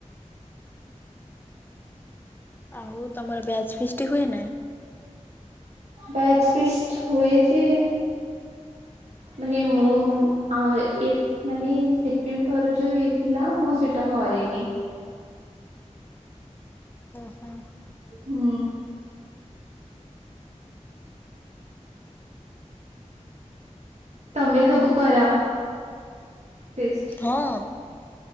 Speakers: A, on the left; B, on the right.
A: ଆଉ ତମର ବ୍ୟାଚ୍ ଫିଷ୍ଟି ହୁଏ ନା?
B: ବ୍ୟାଚ୍ ଫିଷ୍ଟ୍ ହୁଏ ଯେ ମାନେ ମୁଁ ଆମ ଏତ୍‌ ମାନେ ସେକେଣ୍ଡ ଥର ଯୋଉ ହେଇଥିଲା ମୁଁ ସେଇଟା ହରେନି
A: ଓହୋ।
B: ହୁଁ। ତମେ ସବୁ କର ଫିଷ୍ଟ୍।
A: ହଁ।